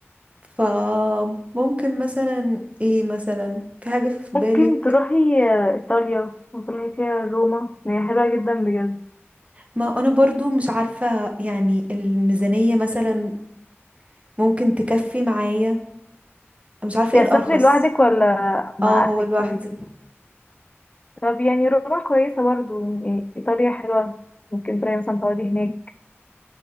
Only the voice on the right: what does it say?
فممكن مثلا ايه مثلا في حاجه في
بالك
ما انا برضو مش عارفه يعني الميزانيه مثلا ممكن تكفي معايا مش عارفه ايه
الارخص
اه هو
لوحدي